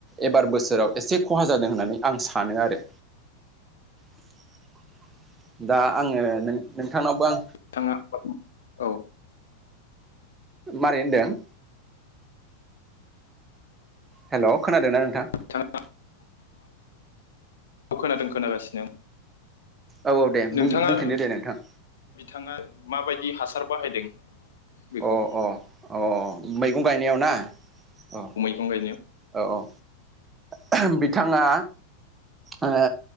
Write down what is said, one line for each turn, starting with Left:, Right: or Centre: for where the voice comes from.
Right: एबार बोसोराव एसे खहा जादों होननानै आं सानो आरो <inaudible> दा आङो नों-नोंथांनावबो आं
Left: थाङा <unintelligible> औ
Right: मारै होनदों? हेलौ खोनादोंना नोंथां?
Left: बिथाङा औ खोनादों खोनागासिनो।
Right: औ औ दे
Left: नोंथाङा
Right: बुं-बुंफिनदो दे नोंथां।
Left: बिथाङा माबायदि हासार बाहायदों बेखौ
Right: अ अ अ मैगं गायनायाव ना अ
Left: <unintelligible>
Right: औ औ <unintelligible> बिथाङा ओ